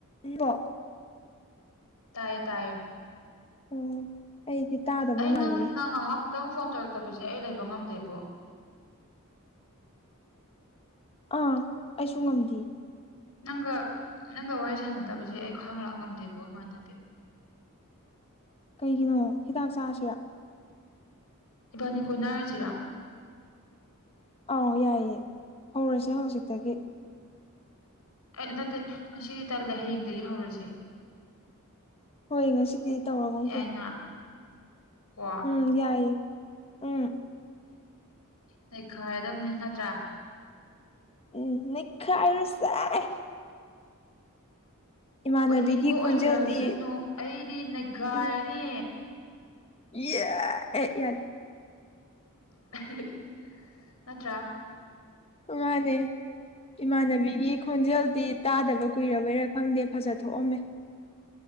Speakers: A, on the left (about 25°); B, on the left (about 90°).
A: ꯑꯜꯂ
B: ꯇꯥꯏꯌꯦ ꯇꯥꯏꯌꯦ
A: ꯑꯣ ꯑꯩꯗꯤ ꯇꯥꯗꯕ
B: ꯑꯩ
A: ꯃꯥꯜꯂꯨꯔꯦ
B: ꯅꯪ ꯅꯪ ꯉꯥꯏꯍꯥꯛ ꯈꯤꯇꯪ ꯐꯣꯟ ꯇꯧꯔꯛꯇꯕꯁꯦ ꯑꯩ ꯂꯩꯕ ꯉꯝꯗꯦꯕꯨ
A: ꯑꯥ ꯑꯩꯁꯨ ꯉꯝꯗꯦ
B: ꯅꯪꯒ ꯅꯪꯒ ꯋꯥꯔꯤ ꯁꯥꯟꯅꯗꯕꯁꯦ ꯑꯩ ꯈ꯭ꯋꯥꯡ ꯂꯥꯛ ꯉꯝꯗꯦꯕꯣ ꯏꯃꯥꯟꯅꯕꯤ
A: ꯀꯩꯒꯤꯅꯣ ꯍꯤꯗꯥꯛ ꯆꯥꯁꯤꯔꯥ
B: ꯏꯕꯥꯅꯤꯈꯣꯏꯅꯔꯁꯤꯔꯥ
A: ꯑꯥꯎ ꯌꯥꯏꯌꯦꯦ ꯍꯧꯔꯁꯦ ꯍꯧꯖꯤꯛꯇꯒꯤ
B: ꯑꯩ ꯅꯠꯇꯦ ꯉꯁꯤꯗꯤ ꯇꯜꯂꯦ ꯍꯌꯦꯡꯗꯒꯤ ꯍꯧꯔꯁꯦ
A: ꯍꯣꯏ ꯉꯁꯤꯗꯤ ꯇꯧꯔꯒꯨꯝꯁꯦ
B: ꯌꯥꯏꯅ ꯀꯣ
A: ꯎꯝ ꯌꯥꯏꯌꯦꯦ ꯎꯝ
B: ꯂꯩꯩꯈꯥꯏꯔꯗꯕꯅꯦ ꯅꯠꯇ꯭ꯔꯥ
A: ꯎꯝ ꯃꯤꯈꯥꯏ ꯆꯥꯏ ꯏꯃꯥꯟꯅꯕꯤꯒꯤ
B: ꯑꯣꯏꯅꯤꯡꯕ ꯑꯣꯏꯖꯔꯁꯅꯨ
A: ꯈꯣꯟꯖꯦꯜꯗꯤ
B: ꯑꯩꯗꯤ ꯅꯩꯈꯥꯏꯔꯅꯤ
A: ꯎꯝ ꯌꯥ ꯌꯥ
B: <inaudible> ꯅꯠꯇ꯭ꯔꯥ
A: ꯃꯃꯥꯅꯦ ꯏꯃꯥꯟꯅꯕꯤꯒꯤ ꯈꯣꯟꯖꯦꯜꯗꯤ ꯇꯥꯗꯕ ꯀꯨꯏꯔꯕꯩꯔꯥ ꯈꯪꯗꯦ ꯐꯖ ꯊꯣꯛꯑꯝꯃꯦ